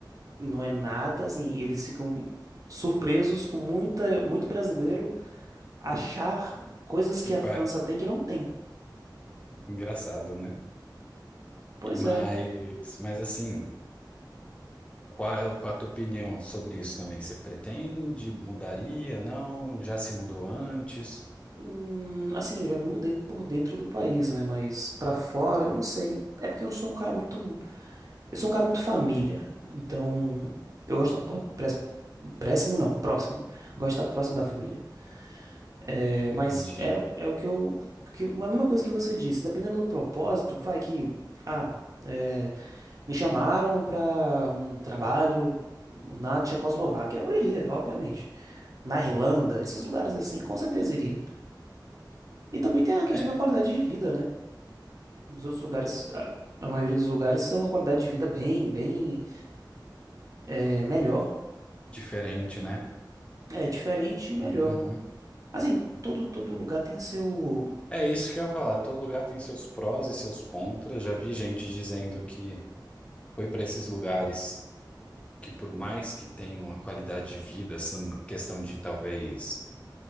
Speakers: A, on the right; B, on the left.
A: não é nada, assim, e eles ficam surpresos com muita, muito brasileiro achar coisas
B: Que
A: que
B: par...
A: a França tem que não tem.
B: engraçado, né?
A: Pois
B: E- Mas,
A: é,
B: mas assim, qual, qual a tua opinião sobre isso também? Você pretende? Mudaria? Não? Já se mudou antes?
A: Hum, assim, eu já me mudei por dentro do país, né? Mas pra fora eu não sei. É porque eu sou um cara muito, eu sou um cara muito família. Então, eu gosto de estar próximo, não, próximo. Gosto de estar próximo da família. É, mas
B: Entendi.
A: é, é o que eu, que, a mesma coisa que você disse. Dependendo do propósito, vai que, ah, é, me chamaram pra um trabalho na Tchecoslováquia, eu iria, obviamente. Na Irlanda, esses lugares assim, com certeza iria. E também tem a questão
B: É,
A: da qualidade de vida, né? Nos outros lugares, a, a maioria dos lugares tem uma qualidade de vida bem, bem é, melhor.
B: diferente, né?
A: É diferente e melhor.
B: Uhum.
A: Assim, todo todo lugar tem seu.
B: É isso que eu ia falar. Todo lugar tem seus prós e seus contras. Já vi gente dizendo que foi para esses lugares que, por mais que tenham uma qualidade de vida, assim, questão de talvez